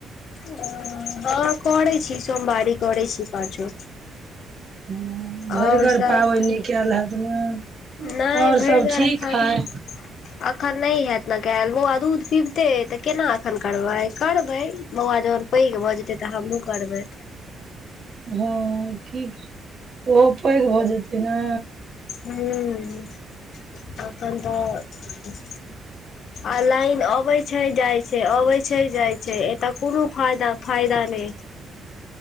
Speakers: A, on the left (about 65°); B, on the right (about 50°).
A: अ हां करय छी सोमवारी करय छी पाँचो।
B: हां भैर
A: आओर
B: घर
A: सब
B: पाबनि कैल हेत नै?
A: नहि
B: और
A: भरि
B: सब
A: गार
B: ठीक
A: एखन
B: हय?
A: अखन नै हैत नै कैल, बौआ दूध पीबते ऐ तऽ केना एखन करबै, करबै बौआ जहन पैग भऽ जेतय त हम्हुं करबै।
B: हां की उहो पैग भऽ जेतै नै
A: हुं एखन तऽ आ लाइन अबै छै, जाय छै, अबै छै, जाय छै, एता कुनु फायदा फायदा नै